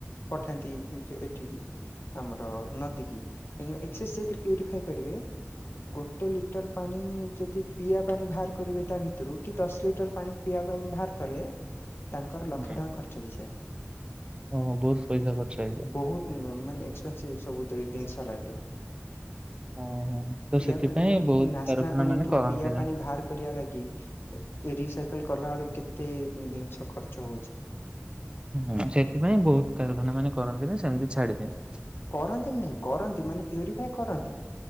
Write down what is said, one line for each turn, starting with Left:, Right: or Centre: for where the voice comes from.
Left: ପଠାନ୍ତି <unintelligible> ଏଠିକି ଆମର ନଦୀ କି କାହିଁକିନା ଏକ୍ସେସ ଯଦି ପ୍ୟୁରିଫାଇ କରିବେ। ଗୋଟେ ଲିଟର ପାଣି ଯଦି ପିଆବା ପାଣି ବାହାର କରିବେ ତା ଭିତରୁ କି ଦଶ ଲିଟର ପାଣି ପିଇବା ପାଇଁ ବାହାର କଲେ ତାଙ୍କର ଲକ୍ଷେ
Right: ହୁଁ
Left: ଟଙ୍କା ଖର୍ଚ୍ଚ ହେଇଯାଏ।
Right: ଓହୋ ବହୁତ ପଇସା ଖର୍ଚ୍ଚ ହେଇଯାଏ।
Left: ବହୁତ ମାନେ ଏକ୍ସପେସିଭ ସବୁ ଜିନିଷ ଲାଗେ। ପିଆ
Right: ଓହୋ। ତ ସେଥିପାଇଁ
Left: ପାଣି
Right: ବହୁତ
Left: ନାସ୍ନା
Right: କାରଖାନା
Left: ପାଣି
Right: ମାନେ
Left: ଠୁ
Right: କରନ୍ତିନି।
Left: ପିଆ ପାଣି ବାହାର କରିବା ଲାଗି କି ରିସାଇକେଲ କଲା ବେଳୁ କେତେ ଜିନିଷ ଖର୍ଚ୍ଚ ହଉଛି।
Right: ହୁଁ ସେଥିପାଇଁ ବହୁତ କାରଖାନା ମାନେ କରନ୍ତି ନା ସେମିତି ଛାଡି ଦିଅନ୍।
Left: କରନ୍ତି ନାଇଁ କରନ୍ତି ମାନେ ପ୍ୟୁରିଫାଇ କରନ୍ତି